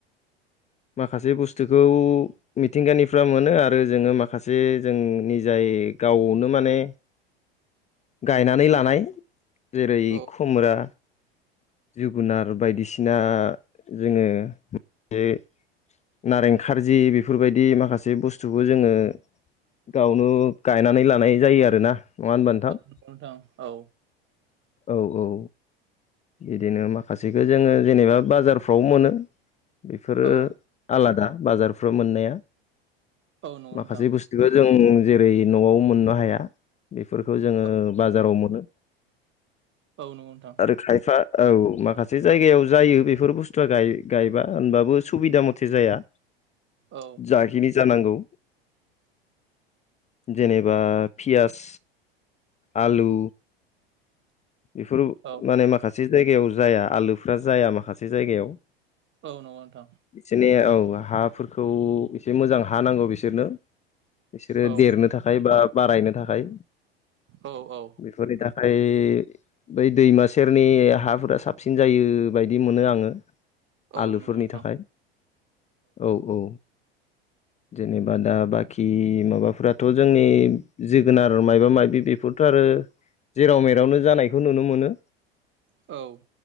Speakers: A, on the left; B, on the right.
A: माखासे बुस्थुखौ मिथिंगानिफ्रा मोनो आरो जोङो माखासे जोंनि जाय गावनो माने गायनानै लानाय जेरै
B: औ
A: खुमरा जोगुनार बायदिसिना जोङो <unintelligible> नारें खारजि बेफोरबायदि माखासे बुस्थुखौ जोङो गावनु गायनानै लानाय जायो आरोना। नङा होनबा नोंथां?
B: नंगौ नोंथां औ।
A: औ औ बिदिनो माखासेखो जोङो जेनेबा बाजारफ्राव मोनो बेफोरो
B: औ
A: आलादा बाजारफ्रो मोननाया
B: औ नंगौ
A: माखासे
B: नोंथां
A: बुस दिखौ जों जेरै न'आव मोननो हाया बेफोरखौ जोङो
B: औ
A: बाजाराव मोनो।
B: औ नंगौ नोंथां।
A: आरो खाय फ्रा औ माखासे जायगायाव जायो बेफोर बुस्थुआ गाय गायबा होनबाबो सुबिदा मथे जाया।
B: औ
A: जाखिनि जानांगौ जेनेबा पियास आलु बेफोर
B: औ
A: माने माखासे जायगायाव जाया आलुफ्रा जाया माखासे जायगायाव
B: औ नंगौ नोंथां
A: जेने औ हाफोरखौ एसे मोजां हा नांगौ बिसोरनो बिसोरो
B: औ
A: देरनो थाखाय बा बारायनो थाखाय
B: औ औ
A: बेफोरनिथाखाय बै दैमा सेरनि हाफोरा साबसिन जायो बायदि मोनो आङो
B: औ
A: आलुफोरनि
B: नंगौ नोंथां
A: थाखाय औ औ जेनेबा दा बाखि माबाफथ जोंनि जोगोनार मबा माबि बेफोरथ आरो जेराव मेरावनो जानायखौ नुनो मोनो
B: औ